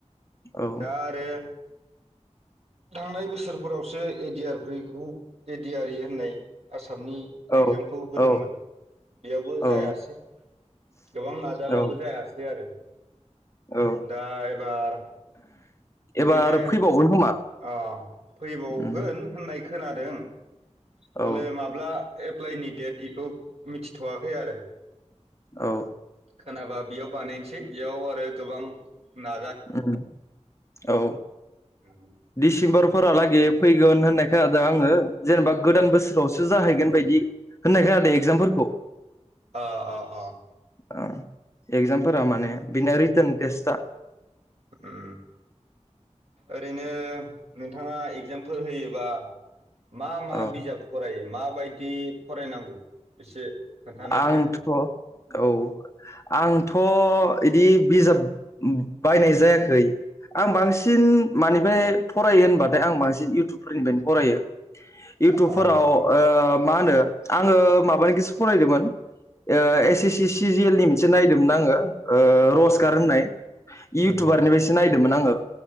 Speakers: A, on the left; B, on the right.
A: औ
B: दा आरो थांनाय बोसोरफोरावसो एदियारखौ एदियारि होननाय आसा मनि
A: औ
B: एग्जामखौ होदोंमोन
A: औ
B: बेयावबो
A: औ
B: जायासै गोबां नाजाबाबो
A: औ
B: जायासै आरो ।
A: औ
B: दा एबार बिदिनो
A: एबार फैबावगोन खोमा
B: ओ फैबावगोन
A: उम
B: होननाय खोनादों ।
A: औ
B: अ ले माब्ला एप्लाइनि डेट इखौ मिथिथ'वाखै आरो ।
A: औ ।
B: खोनाबा बेयाव बानायनोसै बेयाव आरो गोबां ना
A: उम औ
B: अ
A: दिस इम्बरफोरालागै फैगोन होननाय खोनादों आङो जेनेबा गोदान बोस आवसो जाहैगोन बायदि । होननाय खोनादो एक्जामफोरखौ ।
B: अ अ अ ।
A: अ एक्जाम फोरा माने बिनि रिटोन टेस्टा
B: उम ओरैनो नोंथाङा एग्जामफोर होयोबा मा मा
A: औ
B: बिजाब फरायो? मा‌ बायदि फरायनांगौ एसे खोन्थानायसाय
A: आंथ' औ आंथ' बिदि बिजाब बायनाय जायाखै आं बांसिन मानिफ्राय फरायो होनबाथाय आं बांसिन इउटुबफोरनिफ्रायनो फरायो । इउटुबफोराव
B: अ अ
A: ओ मा होनो आङो माबानिखोसो फरायदोमोन ओ एस एस सि सिजेयेल नि मोनसे नायदोंमोन आङो ओ
B: अ
A: रजगार होननाय इ इउटुबारनिफ्रायसो
B: नंगौ
A: नायदोंमोन आङो।